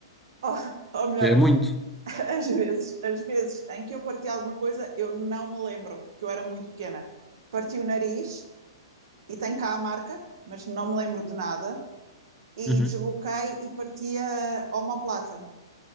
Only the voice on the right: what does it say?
Ou, ou melhor,
às vezes, às vezes em que eu parti alguma coisa, eu não me lembro, porque eu era muito pequena. Parti o nariz e tenho cá a marca, mas não me lembro de nada. E
desloquei e parti a omoplata,